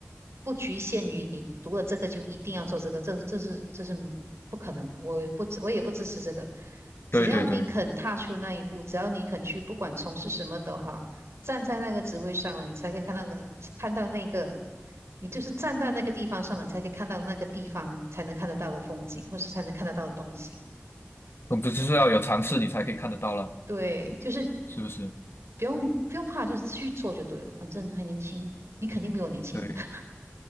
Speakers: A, on the right (about 80°); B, on the left (about 60°).
A: 不局限于你读了这个就一定要做这个，这这是这是不可能的，我也不支我也不支持这个。只要你肯踏出那一步，
B: 对对对，
A: 只要你肯去，不管从事什么都好，站在那个职位上了，你才可以看到那看到那个，你就是站到那个地方上了，你才可以看到那个地方才能看得到的风景，或是才能看得到的东西。
B: 总之就是要有尝试，你才可以看得到了，
A: 对，就是
B: 是不是？
A: 不用不用怕，就去做就对了，反正还年轻，你肯定比我年轻。
B: 对，
A: <laughs>